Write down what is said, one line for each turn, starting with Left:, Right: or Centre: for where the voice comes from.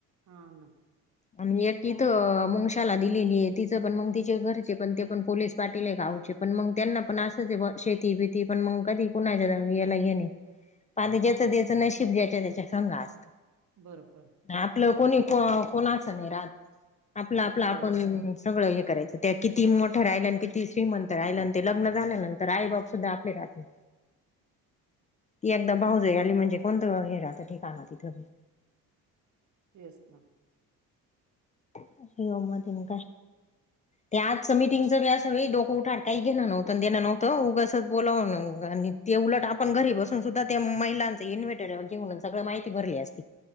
Right: हा ना
Left: आणि एक इथं मुंगशाला दिलेलीय तिचं पण मग तिचे घरचे पण ते पण पोलीस पाटीलय गावचे पण मग त्यांना पण असंचय बाॅ शेती बिती, पण मग कधी कुणाच्या हे नायी आणि ज्याचं त्याचं नशीब ज्याच्या त्याच्या संग अस
Right: बरोबर
Left: आपलं कोणी, को कोणाचं नायी राहत आपलं,
Right: ते
Left: आपलं
Right: तर
Left: आपण
Right: आहेच बघ.
Left: सगळं हे करायचं त्या किती मोठ ठ्या राहिल्यान, कीती श्रीमंत राहिल्यान ते लग्न झाल्यानंतर आई बाप सुद्धा आपले राहत नायी एकदा भाऊजय आली म्हणजे कोणतं हे राहतं? ठिकाणा तिथं
Right: तेच ना
Left: अशी गंमतय नं काय?
Right: <inaudible>
Left: ते आजच मिटिंगचं बी असं बी डोकं उठायच काही घेणं नव्हतं, देणं नव्हतं, उगाचच बोलावून आणि ते उलट आपण घरी बसून सुद्धा ते महिलांचे <unintelligible> सगळ माहिती भरली असती